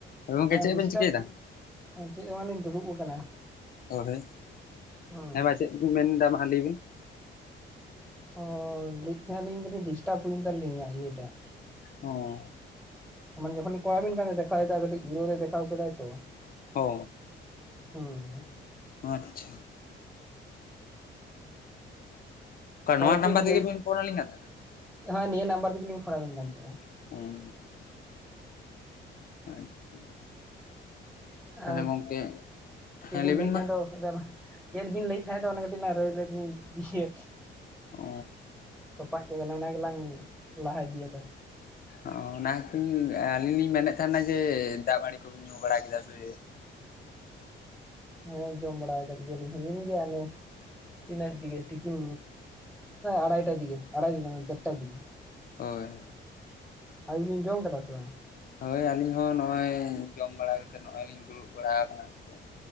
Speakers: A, on the left; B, in the centre.
A: ᱦᱳᱭ ᱜᱚᱝᱠᱮ
B: ᱮ
A: ᱪᱮᱫ
B: ᱰᱤᱥᱴᱟᱵᱽ
A: ᱵᱮᱱ ᱪᱤᱠᱟᱹᱭᱮᱫᱟ?
B: ᱪᱮᱫ ᱦᱚᱸᱵᱟᱞᱤᱧ ᱫᱩᱲᱩᱵ ᱟᱠᱟᱱᱟ
A: ᱚᱦᱮ
B: ᱦᱩᱸ
A: ᱦᱮᱸᱢᱟ ᱪᱮᱫ ᱢᱮᱱ ᱮᱫᱟ ᱢᱟ ᱞᱟᱹᱭ ᱵᱤᱱ
B: ᱚ ᱞᱟᱹᱭᱮᱫ ᱛᱟᱦᱮᱱᱟ ᱞᱤᱧ ᱠᱟᱹᱴᱤᱡ ᱰᱤᱥᱴᱟᱵᱽ ᱦᱩᱭᱮᱱ ᱛᱟᱞᱤᱧᱟ ᱤᱭᱟᱹᱴᱟᱜ
A: ᱚ
B: ᱢᱟᱱᱮ ᱡᱚᱠᱷᱚᱱ ᱠᱚᱞᱟᱵᱤᱱ ᱠᱟᱱ ᱛᱟᱦᱮᱱ ᱤᱨᱚᱨ ᱫᱮᱠᱷᱟᱣ ᱠᱮᱫᱟᱭ ᱛᱚ
A: ᱦᱚ
B: ᱦᱩᱸ
A: ᱟᱪᱷᱟ ᱚᱠᱟ
B: ᱛᱟᱨᱯᱚᱨᱮ
A: ᱱᱚᱣᱟ ᱱᱟᱢᱵᱟᱨ
B: ᱪᱮᱫ ᱵᱮᱤᱱ
A: ᱛᱮᱜᱮ
B: ᱞᱟᱹᱭᱮᱫ
A: ᱵᱤᱱ ᱯᱷᱳᱱ ᱟᱹᱞᱤᱧ ᱠᱟᱱ ᱛᱟᱦᱮᱱᱟ?
B: ᱦᱮᱸ ᱱᱤᱭᱟᱹ ᱱᱟᱢᱵᱟᱨ ᱛᱮᱜᱮ ᱞᱤᱧ ᱯᱷᱳᱱ ᱟᱵᱮᱱ ᱠᱟᱱ ᱛᱟᱦᱮᱱᱟ
A: <unintelligible> <inaudible> ᱛᱟᱦᱚᱞᱮ
B: ᱟᱨ
A: ᱜᱚᱝᱠᱮ
B: ᱪᱮᱫ
A: ᱦᱮᱸ
B: ᱵᱤᱱ
A: ᱞᱟᱹᱭ
B: ᱞᱟᱹᱭᱮᱫ ᱛᱟᱦᱮᱸᱜ
A: ᱢᱟ?
B: ᱫᱚ ᱪᱮᱫ ᱵᱤᱱ ᱞᱟᱹᱭᱮᱫ ᱛᱟᱦᱮᱸ ᱫᱚ ᱚᱱᱟ ᱠᱟᱹᱴᱤᱡ ᱞᱟᱝ ᱞᱟᱹᱭ ᱞᱟᱹᱭ ᱛᱵᱤᱱ ᱤᱭᱟᱹ
A: ᱚ
B: ᱛᱚᱯᱟᱜ ᱠᱮᱫᱟᱞᱟᱝ ᱚᱱᱟ ᱜᱮᱞᱟᱝ ᱞᱟᱦᱟ ᱤᱫᱤᱭᱟ
A: ᱚ ᱚᱱᱟᱠᱚᱧ ᱟᱹᱞᱤᱧ ᱞᱤᱧ ᱢᱮᱱᱮᱫ ᱛᱟᱦᱮᱱᱟ ᱡᱮ ᱫᱟᱜᱢᱟᱲᱤ ᱠᱚ ᱧᱩ ᱵᱟᱲᱟ ᱠᱮᱫ <unintelligible> ᱯᱮ
B: ᱦᱮᱸ ᱡᱚᱢ ᱵᱟᱲᱟ ᱟᱠᱟᱫ ᱜᱮᱭᱟᱞᱤᱧ ᱦᱩᱭᱮᱱ ᱜᱮᱭᱟ ᱚᱱᱮ ᱛᱤᱱᱟᱹᱜ ᱫᱤᱜᱮ ᱟᱲᱟᱭᱴᱟ ᱫᱤᱜᱮ ᱟᱲᱟᱭ ᱫᱚ ᱵᱟᱝ ᱫᱮᱰᱴᱟ ᱫᱤᱜᱮ
A: ᱦᱳᱭ
B: ᱟᱵᱤᱱ ᱵᱤᱱ ᱡᱚᱢ ᱠᱟᱫᱟ ᱥᱮ ᱵᱟᱝᱟ
A: ᱦᱳᱭ ᱟᱹᱞᱤᱧ ᱦᱚᱸ ᱱᱚᱜᱼᱚᱭ ᱡᱚᱢ ᱵᱟᱲᱟ ᱠᱟᱛᱮᱜ ᱱᱚᱜᱼᱚᱭ ᱞᱤᱧ ᱫᱩᱲᱩᱵ ᱵᱟᱲᱟ ᱠᱟᱱᱟ ᱱᱤᱛᱚᱜ